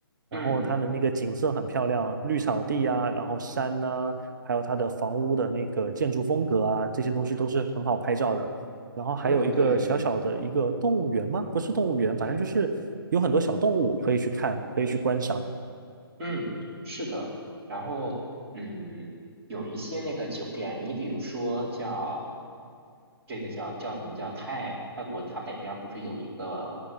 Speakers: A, on the right; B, on the right.
A: 嗯，
B: 然后它的那个景色很漂亮，绿草地啊，然后山呐、还有它的房屋的那个建筑风格啊，这些东西都是很好拍照的。然后还有一个小小的一个动物园吗？
A: 对对对。
B: 不是动物园，反正就是有很多小动物可以去看，可以去观赏。
A: 嗯，是的。然后，嗯，有一些那个酒店，你比如说叫这个叫叫什么叫泰泰国，它北边儿不是有一个